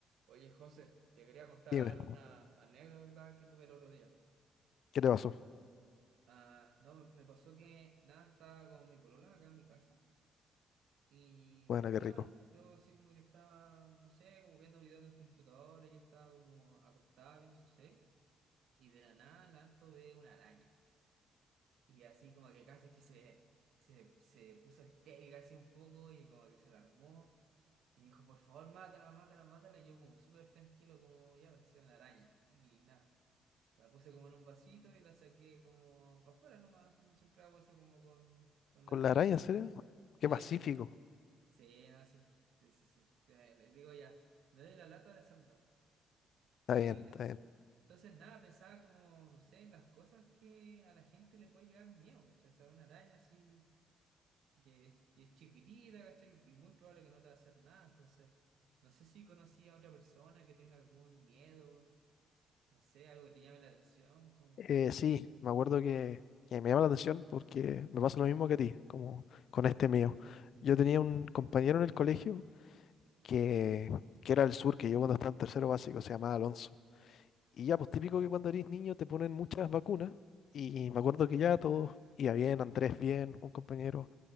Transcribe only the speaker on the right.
Oye, José, te quería contar
una anécdota que tuve el otro día.
Ah, no, me me pasó que nada, estaba con mi polola acá en mi casa y
nada,
yo así como que estaba, no sé, como viendo videos en el computador, ella estaba como acostada viendo su serie y de la nada lanto ve una araña. Y así como que casi que se, se, se puso histérica así un poco y como que se alarmó. Y dijo, por favor, mátala, mátala, mátala. Y yo como súper tranquilo, como ya apareció una araña. Y nada. La puse como en un vasito y la saqué como para afuera nomás. sí, Siempre hago eso como con, con
la
araña.
Sí,
sí. Sí, no, sí. Sí, sí, sí. Ya, Le digo ya, no de la lata de salvarla.
Y
na-
entonces nada, pensaba como, no sé, en las cosas que a la gente le puede llegar miedo, ¿cachai? O sea, una araña así que es, que es chiquitita, ¿cachai? Y muy probable que no te va a hacer nada. Entonces, no sé si conocí a otra persona que tenga algún miedo, no sé, algo que te llame la atención, como...